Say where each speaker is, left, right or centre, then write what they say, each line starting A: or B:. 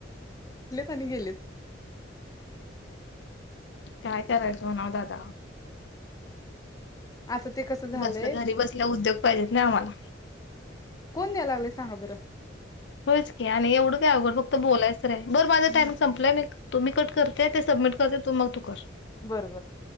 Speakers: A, on the left; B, on the left.
A: आणी गेलेत.
B: काय करायच म्हणाव दादा
A: आता ते कसं झालंय
B: बसलं घरी बसल्या उद्योग पाहिजेत ना आम्हाला
A: याय लागलय सांगा बरं.
B: होयच की आणि एवढं काय अवघड फक्त बोलायचं तरी आहे बर माझा
A: हा
B: टाइमिंग संपलंय मी तुम्ही कट करते ते सबमिट करते. तु मग तू कर.
A: बरोबर.